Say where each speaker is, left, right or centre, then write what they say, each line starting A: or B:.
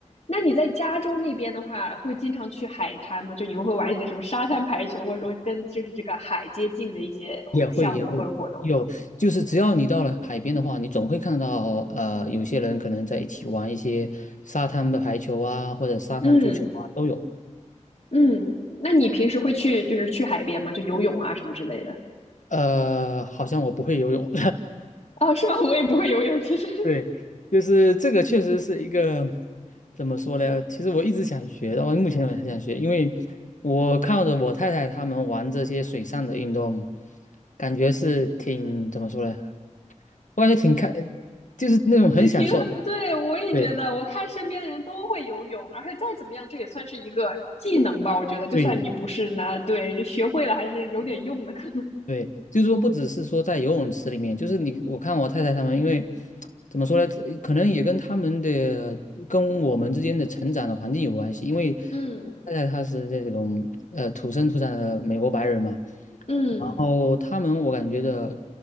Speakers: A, on the left (about 60°); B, on the left (about 75°).
A: 那你在加州那边的话，会经常去海滩吗？就你们会玩一些什么沙滩排球，或者说跟就是这个海接近的一些活项目或者活动？
B: 也会也会有，就是只要你到了海边的话，你总会看到呃，有些人可能在一起玩一些沙滩的排球啊，或者沙滩足球啊，
A: 嗯
B: 都有。
A: 嗯，那你平时会去就是去海边吗？就游泳啊什么之类的？
B: 呃，好像我不会游泳，
A: 哦，是吗？我也不会游泳，其实。
B: <laughs> 对，就是这个确实是一个怎么说呢？其实我一直想学，到目前我也很想学，因为我看着我太太他们玩这些水上的运动，感觉是挺怎么说呢？我感觉挺开，就是那种很享受的。
A: 对，挺我对我也觉得，
B: 对
A: 我看身边的人都会游泳，而且再怎么样，这也算是一个技能吧。我觉得，就算你不是呢，
B: 对。
A: 对，就学会了还是有点用的，可能。
B: 对，就是说不只是说在游泳池里面，就是你我看我太太他们，因为怎么说呢，可能也跟他们的跟我们之间的成长的环境有关系。因为
A: 嗯
B: 太太她是这种呃土生土长的美国白人嘛，
A: 嗯，
B: 然后他们我感觉的